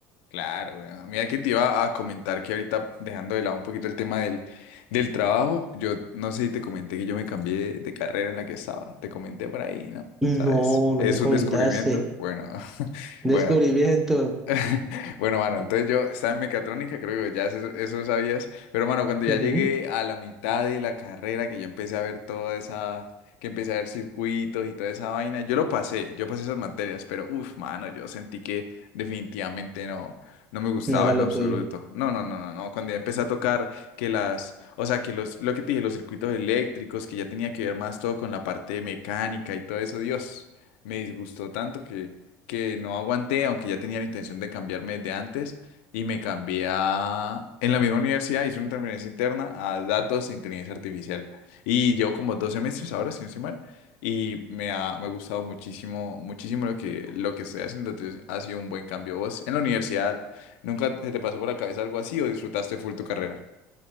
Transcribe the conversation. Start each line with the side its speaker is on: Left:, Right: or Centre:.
Left: claro. weón. Mira que te iba a comentar que ahorita, dejando de lado un poquito el tema del, del trabajo, yo no sé si te comenté que yo me cambié de carrera en la que estaba. Te comenté por ahí, ¿no?
Centre: No,
Left: ¿Sabes?
Centre: no
Left: Es
Centre: me comentaste.
Left: un descubrimiento. Bueno, <laughs>
Centre: Descubrimiento.
Left: bueno. <laughs> Bueno, mano, entonces yo estaba en mecatrónica, creo que ya eso, eso lo sabías, pero mano, cuando ya
Centre: Ujú,
Left: llegué a la mitad de la carrera, que ya empecé a ver toda esa, que empecé a ver circuitos y toda esa vaina, yo lo pasé, yo pasé esas materias, pero uff, mano, yo sentí que definitivamente no, no me gustaba
Centre: No era
Left: en
Centre: lo
Left: lo absoluto.
Centre: tuyo.
Left: No, no, no, no, no, cuando ya empecé a tocar que las, o sea, que los, lo que te dije, los circuitos eléctricos, que ya tenía que ver más todo con la parte mecánica y todo eso, Dios, me disgustó tanto que que no aguanté, aunque ya tenía la intención de cambiarme desde antes, y me cambié a... En la misma universidad hice una transferencia interna a datos e inteligencia artificial. Y llevo como dos semestres ahora, si no estoy mal, y me ha, me ha gustado muchísimo, muchísimo lo que, lo que estoy haciendo. Entonces, ha sido un buen cambio. ¿Vos en la universidad nunca se te pasó por la cabeza algo así o disfrutaste full tu carrera?